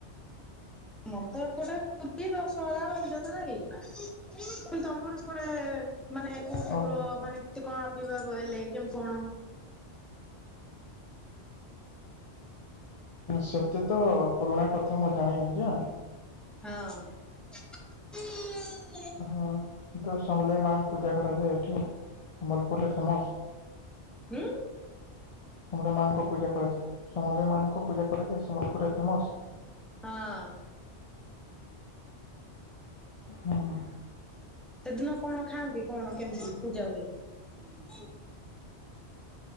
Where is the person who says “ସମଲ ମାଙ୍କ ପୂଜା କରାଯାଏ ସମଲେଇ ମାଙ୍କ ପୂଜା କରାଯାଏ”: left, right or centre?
Left